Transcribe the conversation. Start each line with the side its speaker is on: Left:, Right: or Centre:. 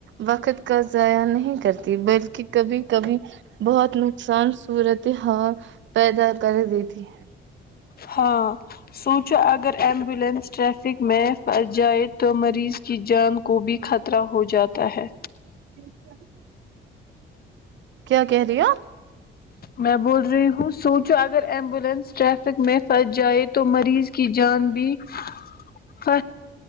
Right: وقت کا ضائع نہیں کرتی بلکہ کبھی کبھی بہت نقصان صورت حال پیدا کر دیتی ہے
Left: ہاں سوچو اگر ایمبولینس ٹریفک میں پھنس جائے تو مریض کی جان کو بھی خطرہ ہو جاتا ہے
Right: جک <unintelligible> کیا کہہ رہی ہے
Left: میں بول رہی ہوں سوچو اگر ایمبولینس ٹریفک میں پھنس جائے تو مریض کی جان بھیر